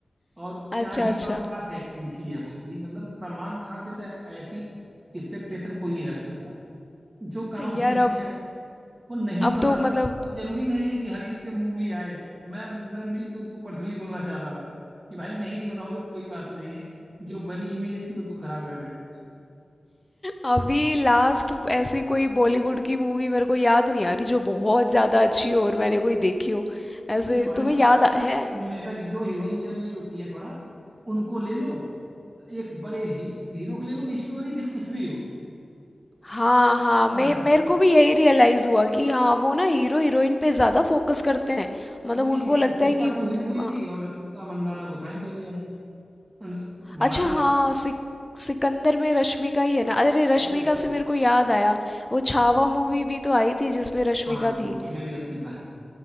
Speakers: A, on the right; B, on the left.
A: और क्या
B: अच्छा
A: ही
B: अच्छा
A: बकवास एक्टिंग की है भाई मतलब सलमान खान से तो ऐसी एक्सपेक्टेशन कोई नहीं रख सकता जो काम उसने
B: यार
A: किया
B: अब
A: है वो नहीं भी
B: अब
A: बना
B: तो मतलब
A: था कोई जरूरी नहीं है कि हर ईद पे मूवी आए मैं मैं मिल के उसको पर्सनली बोलना चाहता था कि भाई नहीं भी बनाओगे तो कोई बात नहीं है जो बनी इमेज है क्यों उसको खराब कर रहे हो
B: अभी लास्ट ऐसी कोई बॉलीवुड की मूवी मेरे को याद नहीं आ रही जो बहुत ज़्यादा अच्छी हो और मैंने कोई देखी हो ऐसे
A: ये बॉलीवुड
B: तुम्हें याद
A: वालों का
B: आ-
A: ना
B: है
A: यही समझ नहीं आता कि जो हीरोइन चल रही होती है थोड़ा उनको ले लो एक बड़े ही, हीरो को ले लो स्टोरी फिर कुछ भी हो
B: हाँ हाँ मैं
A: बना
B: मेरे
A: देते
B: को भी यही रियलाइज़ हुआ कि हाँ वो ना हीरो हीरोइन पे ज़्यादा फोकस करते हैं मतलब
A: वही
B: उनको लगता
A: पुष्पा
B: है कि
A: टू हिट हुई
B: आ,
A: थी और रश्मिका मंदाना को साइन कर लिया उन्होंने बना
B: अच्छा
A: डाली
B: हाँ सिक, सिकंदर में रश्मिका ही है ना अरे रश्मिका
A: वही है वही
B: से मेरे को याद आया वो छावा मूवी भी तो आई थी जिसमें रश्मिका
A: हाँ देखो
B: थी
A: उसमें भी रश्मिका है